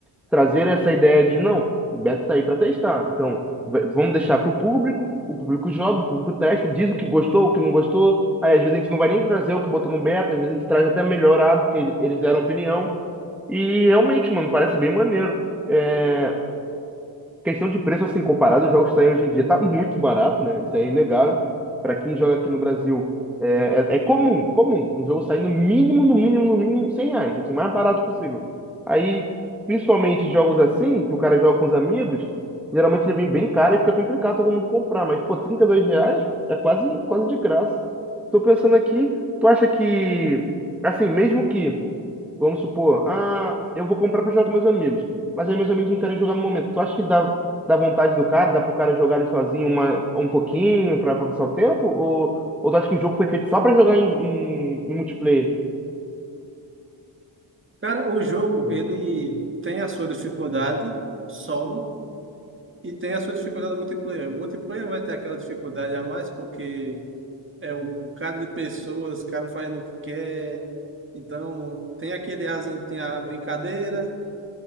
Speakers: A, in the centre; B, on the right.
A: trazer essa ideia de não, o Beto tá aí para testar. Então, v- vamos deixar para o público, o público joga, o público testa, diz o que gostou, o que não gostou. Aí às vezes a gente não vai nem trazer o que botou no beta, às vezes a gente traz até melhorado, porque eles deram opinião. E realmente, mano, parece bem maneiro. É, Questão de preço, assim, comparado aos jogos que saem hoje em dia, tá muito barato, né? Isso aí é inegável. Para quem joga aqui no Brasil, é, é, é comum, comum. Um jogo sair no mínimo, no mínimo, no mínimo, 100 reais, assim, o mais barato possível. Aí, principalmente jogos assim, que o cara joga com os amigos, geralmente ele vem bem caro e fica complicado todo mundo comprar. Mas, pô, 32 reais é quase, quase de graça. Tô pensando aqui, tu acha que, assim, mesmo que Vamos supor, ah, eu vou comprar pra jogar com meus amigos, mas aí meus amigos não querem jogar no momento. Tu acha que dá, dá vontade do cara, dá pro cara jogar ali sozinho uma, um pouquinho pra, pra passar o tempo? Ou, ou tu acha que o jogo foi feito só pra jogar em, em, em multiplayer?
B: Cara, o jogo, ele tem a sua dificuldade solo e tem a sua dificuldade multiplayer. O multiplayer vai ter aquela dificuldade a mais porque é um um bocado de pessoas, cada um fazendo o que quer. Então, tem aquele asinho, tem a brincadeira.